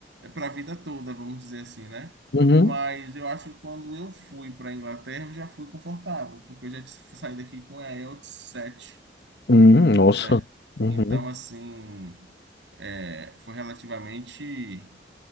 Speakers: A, on the right; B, on the left.
A: para a vida toda, vamos dizer assim, né?
B: Uhum.
A: Mas eu acho que quando eu fui para a Inglaterra, eu já fui confortável, porque eu já t- saí daqui com a IELTS 7,
B: Hum, nossa.
A: né?
B: Uhum.
A: Então, assim, é, foi relativamente